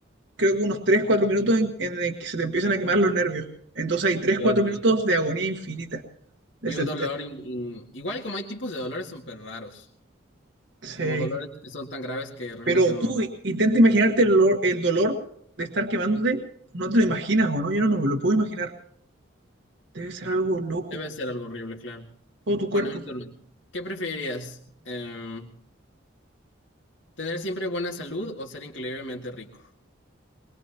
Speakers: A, on the right; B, on the left.
A: creo que unos 3 4 minutos en, en el que se te empiezan a quemar los nervios. Entonces hay tres
B: Dios
A: cuatro
B: mío.
A: minutos de agonía infinita. De
B: Y
A: ese-
B: un dolor.
A: de-
B: in- in- Igual como hay tipos de dolores súper raros.
A: sí.
B: Como dolores que son tan graves que realmente
A: Pero
B: no.
A: tú i- intenta imaginarte el dolor, el dolor de estar quemándote. No te lo imaginas, ¿o no? Yo no me lo puedo imaginar. Debe ser algo loco.
B: Debe ser algo horrible, claro.
A: Todo tu cuerpo.
B: Bueno, mi turno. ¿Qué preferirías? Em, ¿tener siempre buena salud o ser increíblemente rico?